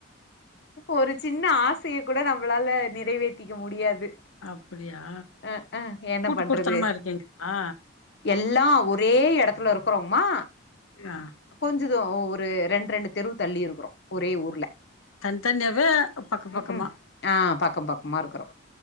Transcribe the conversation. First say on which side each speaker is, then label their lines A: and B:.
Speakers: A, on the left; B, on the left.
A: ஒரு சின்ன ஆசய கூட நம்பளால நிறைவேத்திக்க முடியாது
B: அப்பிடியா
A: அ அ என்ன
B: கூட்டு
A: பண்றது
B: குடுத்தனமா இருக்கீங்ளா
A: எல்லா ஒரே இடத்துல இருக்கறோமா
B: அ
A: கொஞ்சோ தூ ஒரு ரெண் ரெண்டு தெரு தள்ளி இருக்குறோ ஒரே ஊர்ல
B: தன் தனியாவா பக்க பக்கமா
A: ம் ம் ஆ பக்கம் பக்கமா இருக்குறோ